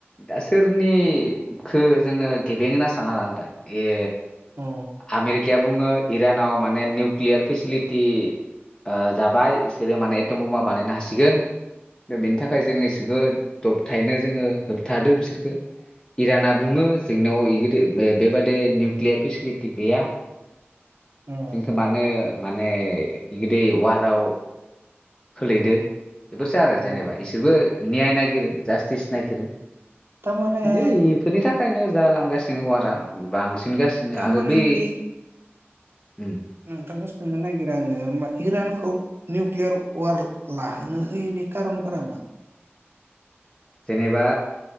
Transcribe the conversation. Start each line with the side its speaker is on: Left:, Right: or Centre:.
Left: दा सोरनिखो जोङो गेबें होनना सानना लानो दा ए
Right: अ
Left: आमेरिकाया बुङो इरानाव माने निउकलियार फेसिलि टि ओ जाबाय इसोरो माने एथम बमा बानायनो हासिगोन दा बिनि थाखाय जोङो इसोखो दबथायनो जोङो होबथादो बिसोरखो इराना बुङो जोंनायाव इगिदि ओ बेबादै निउक्लियार फेसिलिटि गैया
Right: अ
Left: जोंखो मानो माने इगोदै वाराव खोलैदो बेफोरसो आरो
Right: अ
Left: जेनेबा इसोरबो नियाय नाय गिरो जास्टिस नागिरो
Right: थारमाने
Left: दै इफोरनि था खायनो जालांगासिनो वारा बांसि नगासिनो
Right: थारमाने
Left: आरो बे
Right: ए
Left: उम
Right: नोंथांखौ सोंनो नागिरो आङो होमा इरानखौ निउक्लियार वार लाहोनो होयैनि कारनफोरा मा
Left: जेनेबा